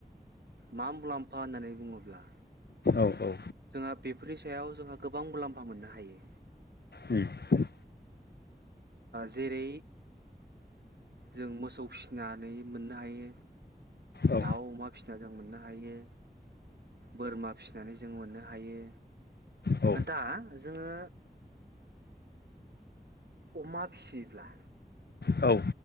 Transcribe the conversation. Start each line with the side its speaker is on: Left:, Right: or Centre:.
Right: मा मुलाम्फा होननानै बुङोब्ला।
Left: औ औ।
Right: जोंहा बेफोरनि सायाव जोंहा गोबां मुलाम्फा मोननो हायो।
Left: ओम।
Right: जेरै जों मोसौ फिसिनानै मोननो हायो
Left: औ
Right: दाउ अमा फिसिना जों मोननो हायो बोरमा फिसिनानै जों मोननो हायो
Left: औ
Right: दा जोङो अमा फिसिब्ला।
Left: औ।